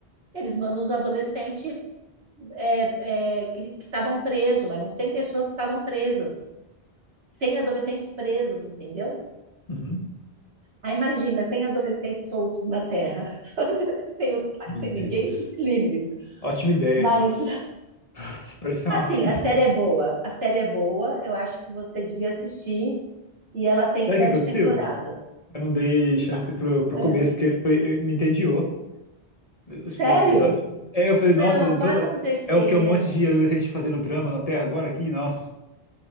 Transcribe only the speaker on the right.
Eles mandam os adolescentes é, é, que que estavam presos, eram 100 pessoas que estavam presas, 100 adolescentes presos, entendeu?
Aí imagina, 100 adolescentes soltos na Terra, <laughs> sem os pais,
sem
ninguém, livres.
Mas,
assim,
a
série é boa, a série é boa, eu acho que você devia assistir, e ela tem
sete
temporadas.
Ma-
ah,
Sério?
Não,
passa
pro terceiro.